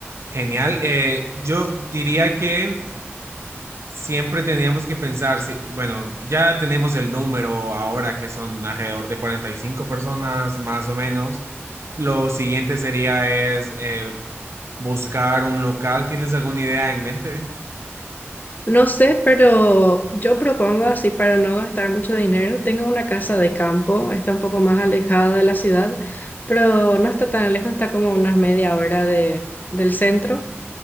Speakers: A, on the right (about 70°); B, on the left (about 40°).
A: genial. Eh, yo diría que siempre teníamos que pensar, si, bueno, ya tenemos el número ahora que son alrededor de 45 personas más o menos. Lo siguiente sería es eh, buscar un local. ¿Tienes alguna idea en mente?
B: No sé, pero yo propongo así para no gastar mucho dinero. Tengo una casa de campo, está un poco más alejada de la ciudad, pero no está tan lejos, está como unas media hora de, del centro.